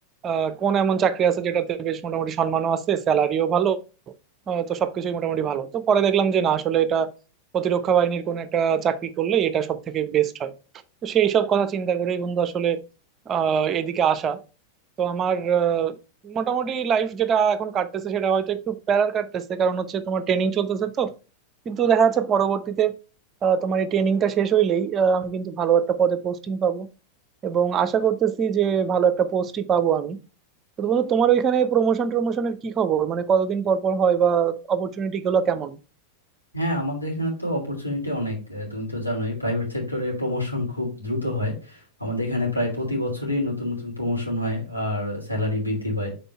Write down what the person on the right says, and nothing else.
আহ, কোন এমন চাকরি আছে যেটাতে বেশ মোটামুটি সম্মানও আছে স্যালারিও ভালো আহ, তো সবকিছুই মোটামুটি ভালো তো পরে দেখলাম যে না আসলে এটা প্রতিরক্ষা বাহিনীর কোন একটা চাকরি করলে এটা সব থেকে বেস্ট হয় তো সেই সব কথা চিন্তা করেই বন্ধু আসলে আহ এদিকে আসা তো আমার আহ, মোটামুটি লাইফ যেটা এখন কাটতেছে সেটা হয়তো একটু প্যারার কাটতেছে কারণ হচ্ছে তোমার ট্রেনিং চলতেছে তো কিন্তু দেখা যাচ্ছে পরবর্তীতে আহ, তোমার এই ট্রেনিংটা শেষ হইলেই আহ, আমি কিন্তু ভালো একটা পদে পোস্টিং পাবো এবং আশা করতেছি যে ভালো একটা পোস্টই পাবো আমি তো বন্ধু তোমার ওইখানে প্রমোশন টমোশনের কি খবর মানে কতদিন পর পর হয় বা অপরচুনিটি গুলো কেমন